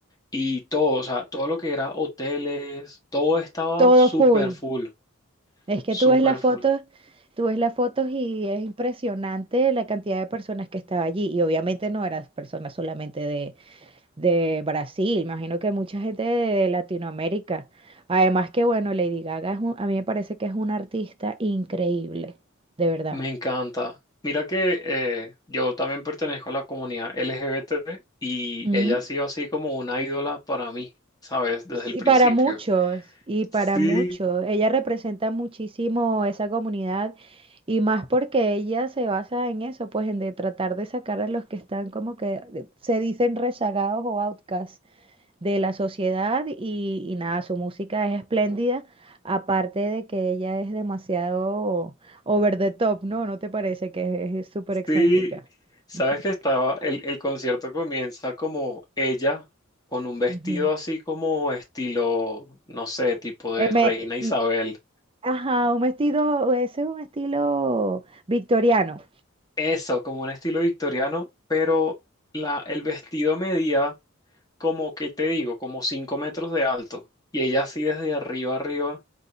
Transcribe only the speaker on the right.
Todo
full.
Es que
tú ves las
fotos, tú ves las fotos y es impresionante la cantidad de personas que estaba allí. Y obviamente no eran personas solamente de, de Brasil, imagino que mucha gente de Latinoamérica. Además que bueno, Lady Gaga es un- a mí me parece que es una artista increíble, de verdad.
Mm.
Sí,
para muchos, y para
muchos. Ella representa muchísimo esa comunidad y más porque ella se basa en eso, pues en de tratar de sacar a los que están como que de- se dicen rezagados o outcasts de la sociedad y, y nada, su música es espléndida, aparte de que ella es demasiado over the top, ¿no? ¿No te parece que es es súper excéntrica?
<laughs>
Ujú.
Eh,
me-
Ajá, un vestido, ese es un estilo victoriano.